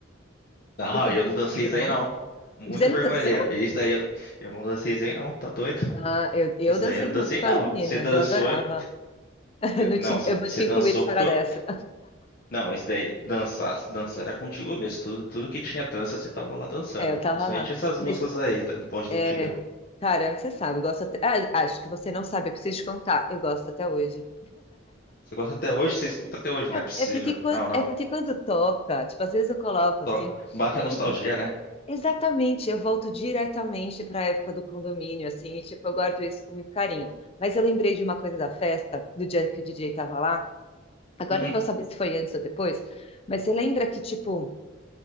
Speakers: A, on the left; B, on the left.
A: Não,
B: Muito
A: eu
B: Boi
A: não
B: de
A: dancei
B: Tigrão.
A: isso aí não. Muito
B: Você não
A: vergonha
B: dançou?
A: alheia. Isso daí eu, eu não dancei isso aí não, tá doido?
B: Ah, eu, eu
A: Isso
B: dancei
A: daí eu não dancei
B: muito com
A: não.
B: as meninas,
A: Você dançou.
B: eu adorava.
A: eu-
B: <laughs> Não
A: Não,
B: te-
A: você,
B: eu
A: você
B: vou te
A: dançou
B: incluir fora
A: porque eu.
B: dessa.
A: Não, isso daí, dançar, dançar era contigo mesmo. Tudo, tudo que tinha dança, você tava lá dançando.
B: É, eu tava
A: Principalmente
B: lá.
A: essas músicas
B: Mas,
A: aí, do Bonde
B: é,
A: do Tigrão.
B: cara, você sabe, eu gosto até. Ah, acho que você não sabe, eu preciso te contar. Eu gosto até hoje.
A: Você gosta até hoje? Você escuta até hoje?
B: Cara,
A: Não é possível.
B: é porque, quan-
A: Não, não.
B: é porque quando toca, tipo, às vezes eu coloco assim,
A: To- Bate
B: e
A: a nostalgia,
B: me-
A: né?
B: Exatamente, eu volto diretamente para a época do condomínio, assim, e tipo, eu guardo isso com muito carinho. Mas eu lembrei de uma coisa da festa, do dia que o DJ tava lá. Agora
A: Uhum,
B: eu não vou saber se foi antes ou depois, mas você lembra que, tipo,